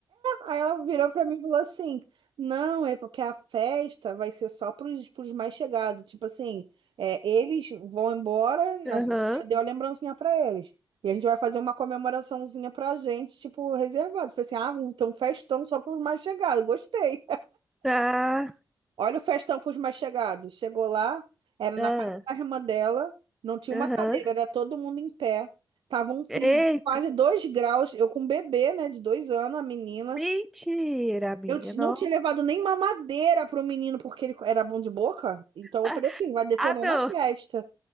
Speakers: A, on the right (about 80°); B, in the centre.
A: Aí ela virou pra mim e falou assim: Não, é porque a festa vai ser só pros, pros mais chegados. Tipo assim, é, eles vão embora,
B: Aham.
A: a gente já deu a lembrancinha pra eles. E a gente vai fazer uma comemoraçãozinha pra gente, tipo, reservado. Falei assim: Ah, vamos ter um festão só pros mais chegados. Gostei.
B: Tá.
A: <laughs> Olha o festão pros mais chegados. Chegou lá, era na
B: Ah,
A: casa da irmã dela, não tinha
B: Aham.
A: uma cadeira, era todo mundo em pé. Tava um frio
B: Eita.
A: de quase dois graus. Eu com um bebê, né, de dois anos, a menina.
B: Mentira, amiga.
A: Eu ti-
B: Não.
A: não tinha levado nem mamadeira pro menino porque ele era bom de boca. Então eu
B: <laughs>
A: falei assim, vai detonar
B: Ah, não.
A: na festa.